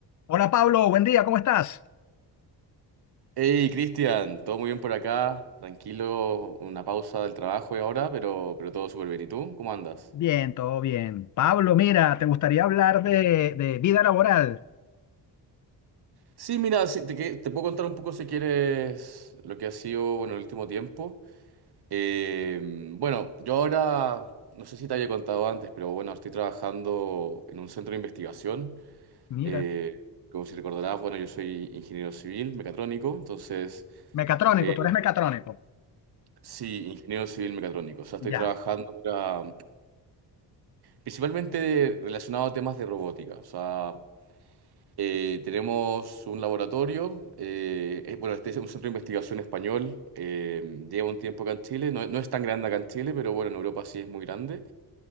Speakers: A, on the left; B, on the right.
A: Hola Pablo, buen día, ¿cómo estás?
B: Hey, Cristian, todo muy bien por acá, tranquilo, una pausa del trabajo y ahora, pero, pero todo súper bien. ¿Y tú? ¿Cómo andas?
A: Bien, todo bien. Pablo, mira, te gustaría hablar de, de vida laboral.
B: Sí, mira, sí, te, que- te puedo contar un poco si quieres lo que ha sido, bueno, el último tiempo. Eh, bueno, yo ahora, no sé si te había contado antes, pero bueno, estoy trabajando en un centro de investigación.
A: Mira,
B: Eh, como si recordarás, bueno, yo soy ingeniero civil mecatrónico, entonces,
A: mecatrónico,
B: eh,
A: tú eres mecatrónico.
B: sí, ingeniero civil mecatrónico. O sea, estoy
A: Ya.
B: trabajando ahora Principalmente relacionado a temas de robótica. O sea, eh, tenemos un laboratorio, eh, eh, bueno, este es un centro de investigación español, eh, lleva un tiempo acá en Chile, no, no es tan grande acá en Chile, pero bueno, en Europa sí es muy grande.